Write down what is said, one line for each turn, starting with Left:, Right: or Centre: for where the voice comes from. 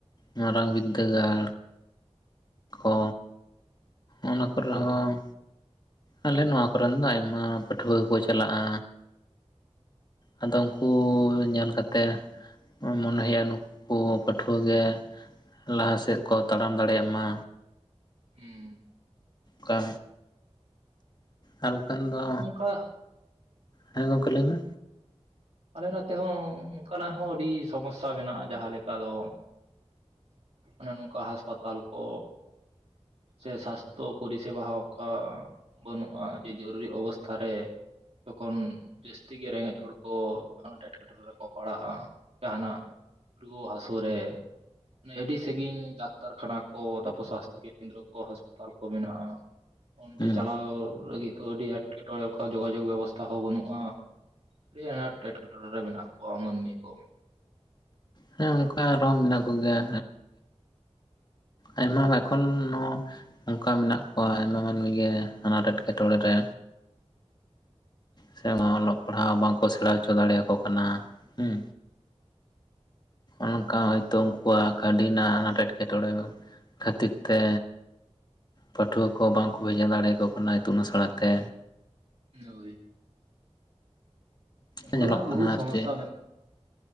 Left: ᱢᱟᱨᱟᱝ ᱵᱤᱫᱽᱫᱟᱹᱜᱟᱲ ᱠᱚ ᱚᱱᱟ ᱠᱚᱨᱮ
Right: ᱦᱳᱭ
Left: ᱱᱟᱜ ᱦᱚᱸ ᱟᱞᱮ ᱱᱚᱣᱟ ᱠᱚᱨᱮᱱ ᱫᱚ ᱟᱭᱢᱟ ᱯᱟᱹᱴᱷᱩᱣᱟᱹ ᱜᱮᱠᱚ ᱪᱟᱞᱟᱜᱼᱟ᱾ ᱟᱫᱚ ᱩᱱᱠᱩ ᱧᱮᱞ ᱠᱟᱛᱮᱜ ᱢᱚᱱᱮ ᱦᱩᱭᱩᱜᱼᱟ ᱱᱩᱠ ᱠᱩ ᱯᱟᱹᱴᱷᱣᱟᱹ ᱜᱮ ᱞᱟᱦᱟ ᱥᱮᱫ ᱠᱚ ᱛᱟᱲᱟᱢ ᱫᱟᱲᱮᱭᱟᱜ ᱢᱟ
Right: ᱦᱩᱸ
Left: ᱠᱟ ᱟᱨ ᱰᱟᱠᱷᱟᱱ ᱫᱚ
Right: ᱚᱱᱠᱟ
Left: ᱦᱮᱸ ᱜᱚᱝᱠᱮ ᱞᱟᱹᱭ ᱢᱮ
Right: ᱟᱞᱮ ᱱᱛᱮ ᱦᱚᱸ ᱚᱱᱠᱟᱱᱟᱜ ᱦᱚᱸ ᱟᱹᱰᱤ ᱥᱚᱢᱚᱥᱟ ᱢᱮᱱᱟᱜᱼᱟ ᱡᱟᱦᱟᱸ ᱞᱮᱠᱟ ᱫᱚ ᱚᱱᱮ ᱱᱚᱝᱠᱟ ᱦᱟᱥᱯᱟᱛᱟᱞ ᱠᱚ ᱥᱮ ᱥᱟᱥᱛᱷᱚ ᱯᱚᱨᱤᱥᱮᱵᱟ ᱦᱚ. ᱚᱱᱠᱟ ᱵᱟᱹᱱᱩᱜᱼᱟ ᱡᱮ ᱡᱚᱨᱩᱨᱤ ᱚᱵᱚᱥᱛᱷᱟ ᱨᱮ ᱡᱚᱠᱷᱚᱱ ᱡᱟᱹᱥᱛᱤ ᱜᱮ ᱨᱮᱸᱜᱮᱡ ᱦᱚᱲ ᱠᱚ ᱟᱱᱟᱴ ᱮᱴᱠᱮ ᱴᱚᱬᱮ ᱨᱮᱠᱚ ᱯᱟᱲᱟᱜᱼᱟ ᱡᱟᱦᱟᱱᱟᱜ ᱨᱩᱣᱟᱹ ᱦᱟᱹᱥᱩ ᱨᱮ ᱚᱱᱮ ᱟᱹᱰᱤ ᱥᱟᱺᱜᱤᱧ ᱰᱟᱠᱛᱟᱨ ᱠᱷᱟᱱᱟ ᱠᱚ ᱛᱟᱯᱚᱨ ᱥᱟᱥᱛᱚ ᱠᱮᱱᱫᱨᱚ ᱠᱚ ᱦᱟᱥᱯᱟᱛᱟᱞ ᱠᱚ ᱢᱮᱱᱟᱜᱼᱟ᱾ ᱚᱱᱛᱮ
Left: ᱦᱩᱸ
Right: ᱪᱟᱞᱟᱣ ᱞᱟᱹᱜᱤᱫ ᱫᱚ ᱟᱹᱰᱤ ᱮᱴᱠᱮ ᱴᱚᱬᱮ ᱡᱳᱜᱟᱡᱳᱜᱽ ᱵᱮᱵᱚᱥᱛᱟ ᱦᱚᱸ ᱵᱟᱹᱱᱩᱜᱼᱟ᱾ ᱟᱹᱰᱤ ᱟᱴ ᱮᱴᱠᱮᱴᱚᱬᱮ ᱨᱮ ᱢᱮᱱᱟᱜ ᱠᱚᱣᱟ ᱢᱟᱹᱱᱢᱤ ᱠᱚ᱾
Left: ᱦᱮᱸ ᱚᱱᱠᱟ ᱟᱨᱦᱚᱸ ᱢᱮᱱᱟᱜ ᱠᱚᱜᱮᱭᱟ ᱟᱭᱢᱟ ᱜᱮ ᱠᱷᱚᱱ ᱦᱚᱸ ᱚᱱᱠᱟ ᱢᱮᱱᱟᱜ ᱠᱚᱣᱟ ᱟᱭᱢᱟ ᱢᱟᱱᱢᱤ ᱜᱮ ᱟᱱᱟᱴ ᱮᱴᱠᱮᱴᱚᱬᱮ ᱨᱮ᱾ ᱥᱮ ᱚᱞᱚᱜ ᱯᱟᱲᱦᱟᱜ ᱦᱚᱸ ᱵᱟᱝᱠᱚ ᱥᱮᱬᱟ ᱦᱚᱪᱚ ᱫᱟᱲᱮᱭᱟᱠᱚ ᱠᱟᱱᱟ ᱦᱮᱸ᱾ ᱚᱱᱠᱟ ᱦᱚᱭᱛᱳ ᱩᱱᱠᱩᱣᱟᱜ ᱠᱟᱹᱣᱰᱤ ᱨᱮᱱᱟᱜ ᱟᱱᱟᱴ ᱮᱸᱴᱠᱮᱴᱚᱬᱮ ᱫᱚ ᱠᱷᱟᱹᱛᱤᱨ ᱛᱮ ᱯᱟᱹᱴᱷᱩᱣᱟᱹ ᱠᱚ ᱵᱟᱝᱠᱚ ᱵᱷᱮᱡᱟ ᱫᱟᱲᱮᱭᱟᱠᱚ ᱠᱟᱱᱟ ᱤᱛᱩᱱ ᱟᱥᱲᱟ ᱛᱮ᱾
Right: ᱳᱭ᱾ ᱚᱱᱠᱟᱱᱟᱜ
Left: ᱧᱮᱞᱚᱜ
Right: ᱦᱚᱸ
Left: ᱠᱟᱱᱟ
Right: ᱵᱚᱦᱩᱛ
Left: ᱟᱨ
Right: ᱥᱚᱢᱚᱥᱥᱟ
Left: ᱪᱮᱫ
Right: ᱢᱮᱱᱟᱜᱼᱟ᱾